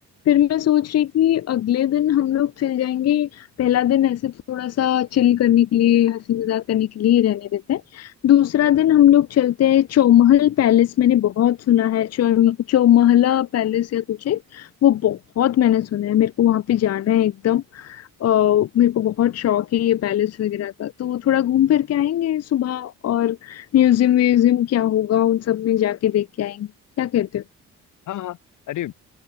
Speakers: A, on the left (about 55°); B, on the left (about 75°).
A: फिर मैं सोच रही थी अगले दिन हम लोग चल जाएंगे पहला दिन ऐसे थोड़ा सा चिल करने के लिए हंसी मजाक करने के लिए ही रहने देते हैं दूसरा दिन हम लोग चलते हैं चौमहल पैलेस मैंने बहुत सुना है चौ चौमहला पैलेस या कुछ है वो बहुत मैंने सुना है मेरे को वहां पे जाना है एकदम अ, मेरे को बहुत शौक है ये पैलेस वगैरह का तो वो थोड़ा घूम फिर के आएंगे सुबह और म्यूजियम व्यूजियम क्या होगा उन सब में जाके देख के आएंगे क्या कहते हो
B: हाँ हाँ अरे